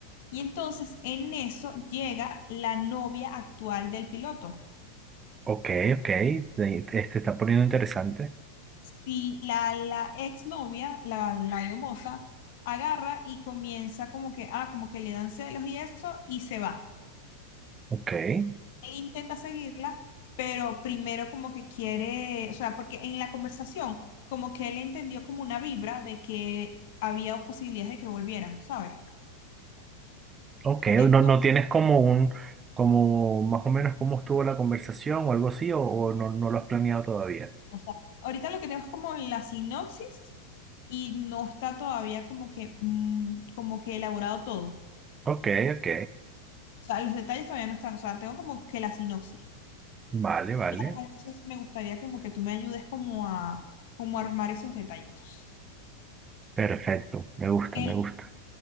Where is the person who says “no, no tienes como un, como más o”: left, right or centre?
Right